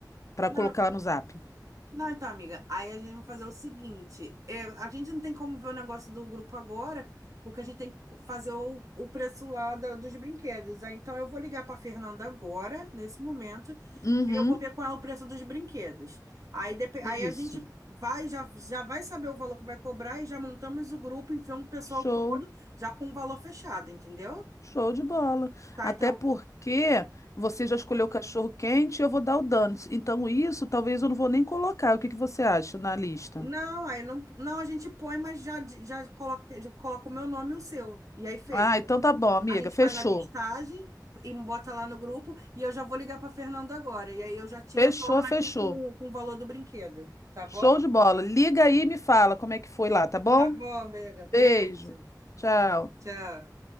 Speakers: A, on the left; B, on the right.
A: pra
B: não,
A: colocar lá no Zap?
B: não, então, amiga, aí a gente vai fazer o seguinte: é, a gente não tem como ver o negócio do grupo agora, porque a gente tem que fazer o, o preço lá da- dos brinquedos. Aí, Então, eu vou ligar para Fernanda agora, nesse momento,
A: Uhum,
B: e eu vou ver com ela o preço dos brinquedos. Aí, depe- aí
A: isso.
B: a gente vai, já, já vai saber o valor que vai cobrar e já montamos o grupo, enfiamos o pessoal
A: Show.
B: todo, já com o valor fechado, entendeu?
A: Show de bola.
B: Tá,
A: Até
B: então.
A: porque você já escolheu o cachorro quente e eu vou dar o Donuts. Então, isso talvez eu não vou nem colocar. O que que você acha na lista?
B: Não, aí não, não, a gente põe, mas já, di- já coloca, já coloca o meu nome e o seu. E aí fecha.
A: Ah, então tá bom, amiga.
B: A gente
A: Fechou.
B: faz a listagem e bota lá no grupo. E eu já vou ligar para Fernanda agora. E aí eu já te
A: Fechou,
B: retorno
A: fechou.
B: aqui com, com o valor do brinquedo. Tá bom?
A: Show de bola. Liga aí e me fala como é que foi lá, tá bom?
B: Tá bom, Bega.
A: Beijo.
B: Beijo.
A: Tchau.
B: Tchau.